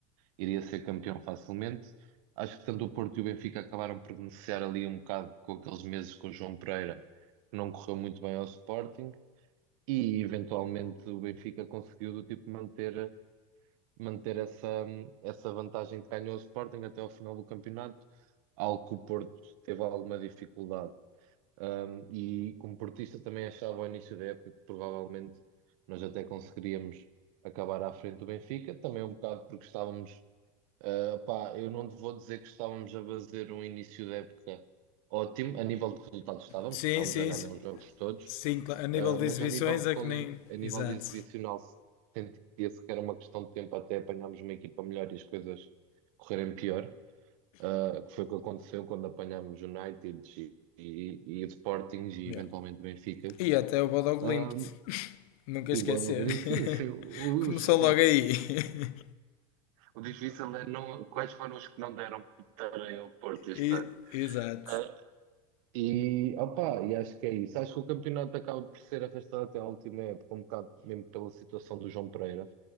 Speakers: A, on the right (about 65°); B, on the left (about 70°).
A: iria ser campeão facilmente. Acho que tanto o Porto e o Benfica acabaram por beneficiar ali um bocado com aqueles meses com o João Pereira, que não correu muito bem ao Sporting, e eventualmente o Benfica conseguiu do tipo manter, manter essa, essa vantagem que ganhou ao Sporting até ao final do campeonato, algo que o Porto teve alguma dificuldade. Um, e como portista também achava ao início da época que provavelmente nós até conseguiríamos acabar à frente do Benfica, também um bocado porque estávamos Uh, pá, eu não te vou dizer que estávamos a fazer um início de época ótimo. A nível de resultados estávamos,
B: Sim,
A: porque estávamos
B: sim,
A: a ganhar
B: sim.
A: os jogos todos,
B: Sim, a nível
A: Uh,
B: de
A: mas
B: exibições
A: a nível de
B: é
A: quali-
B: que nem.
A: a nível
B: Exato.
A: de exibicional sentia-se que era uma questão de tempo até apanharmos uma equipa melhor e as coisas correrem pior, Uh, que foi o que aconteceu quando apanhámos United e, e, e Sporting e
B: Yeah.
A: eventualmente Benfica.
B: E até o Bodog
A: Um,
B: Limped. <laughs> Nunca
A: e
B: esquecer.
A: Bodo, sim,
B: <laughs>
A: sim, os-
B: Começou
A: sim.
B: logo aí. <laughs>
A: O difícil é não, quais foram os que não deram para o Porto este
B: E-
A: ano.
B: Exato.
A: É, E, opa, e acho que é isso. Acho que o campeonato acaba por ser arrastado até à última época, um bocado mesmo pela situação do João Pereira.